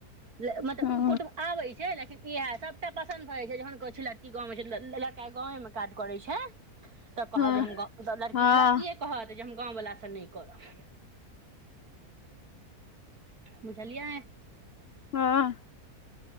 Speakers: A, on the right; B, on the left.
A: मतलब
B: हँ
A: कोट आबै छै लेकिन इहै सबटा पसन्द भऽ जाई छै, जहन कहै छै लड़की गाँवमे छै, लड़का गाॅंवैं मे काज करैत छै तऽ कहत
B: हँ
A: जे हम गाॅं लड़की-लड़किए
B: हँ
A: कहत जे हम गाँव वला सँ नैय करबऽ। बुझलियै?
B: हँ।